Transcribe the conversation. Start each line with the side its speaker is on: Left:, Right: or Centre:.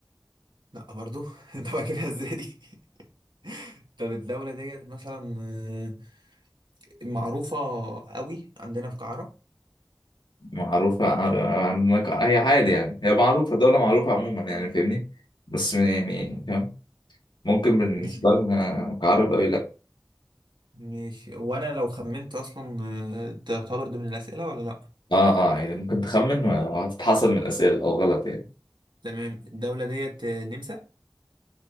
Right: لا برضو <laughs> طب أجيبها إزاي دي؟ <laughs> طب الدولة ديت مثلا آه، معروفة قوي عندنا في كعرب؟
Left: معروفة ع- عندك هي عادي يعني هي معروفة دولة معروفة عموما يعني فاهمني بس يعني فاهم ممكن بالنسبة
Right: مش
Left: لنا كعرب أوي لأ
Right: ماشي وانا لو خمنت اصلا آه، تعتبر ضمن الاسئله ولا لا
Left: آه آه يعني ممكن تخمن وهتتحسب من الأسئلة لو غلط يعني
Right: تمام الدوله ديت آه، نمسا